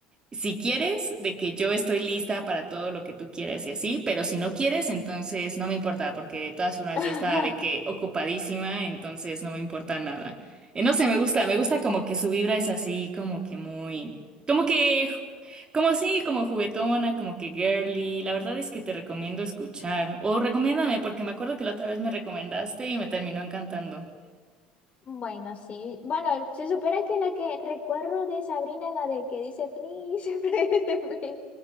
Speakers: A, on the right; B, on the left.
A: Si quieres, de que yo estoy lista para todo lo que tú quieras y así, pero si no quieres, entonces no me importa, porque de todas formas
B: <laughs>
A: yo estaba de que ocupadísima, entonces no me importa nada. Eh, no sé, me gusta, me gusta como que su vibra es así, como que muy, como que, como así, como juguetona, como que girly. La verdad es que te recomiendo escuchar, o recomiéndame, porque me acuerdo que la otra vez me recomendaste y me terminó encantando. <laughs>
B: Bueno, sí. Bueno, se supera que la que recuerdo de Sabrina es la de que dice please, <laughs> please, please.